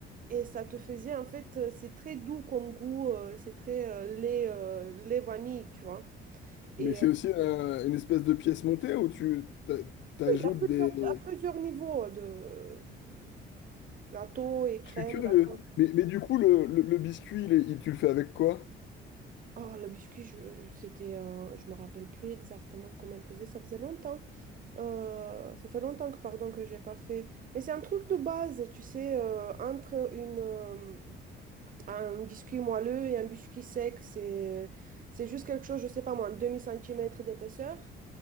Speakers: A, on the right (about 45°); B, on the left (about 70°).
A: Et ça te faisait, en fait, euh, c'est très doux comme goût, euh, c'est très euh, lait, euh, lait vanille, tu vois. Et
B: Mais c'est
A: euh,
B: aussi un- une espèce de pièce montée où tu t'a- t'ajoutes
A: oui, à plusieurs,
B: des...
A: à plusieurs niveaux de, de- Gâteau et crème,
B: Je suis curieux.
A: gâteau.
B: Mais, mais du coup, le, le- le biscuit, il est- il- tu le fais avec quoi?
A: Oh, le biscuit, je, c'était, euh, je me rappelle plus exactement comment elle faisait. Ça faisait longtemps. euh, ça fait longtemps que, pardon, que j'ai pas fait. Mais c'est un truc de base, tu sais, euh, entre une, euh, un biscuit moelleux et un biscuit sec, c'est, c'est juste quelque chose, je sais pas moi, un demi-centimètre d'épaisseur.